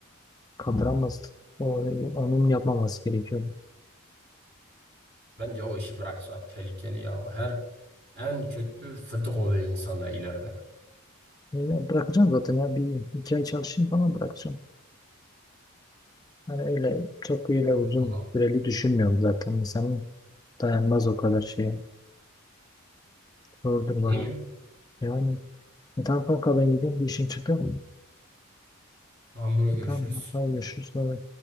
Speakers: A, on the left; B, on the right.
A: kaldıramazdı. O, onun yapmaması gerekiyordu.
B: Bence o işi bıraksa tehlikeli ya. O Her en kötü fıtık oluyor insanda ileride.
A: Öyle bırakacağım zaten ya bir iki ay çalışayım falan bırakacağım. Hani öyle çok öyle uzun
B: Valla
A: süreli düşünmüyorum zaten. İnsanın dayanmaz o kadar şeye. Zordur bana.
B: değil mi?
A: Yani e, tamam kanka ben gideyim bir işim çıktı.
B: Tamam bro görüşürüz.
A: E, Tamam kanka görüşürüz. Bye bye.